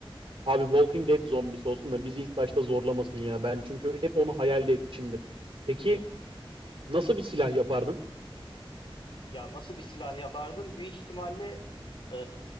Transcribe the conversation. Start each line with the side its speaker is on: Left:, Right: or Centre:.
Right: Abi Walking Dead zombisi olsun da bizi ilk başta zorlamasın ya. Ben çünkü hep onu hayal de etmişimdir. Peki Nasıl bir silah yapardın?
Left: Ya nasıl bir silah yapardım? Büyük ihtimalle e,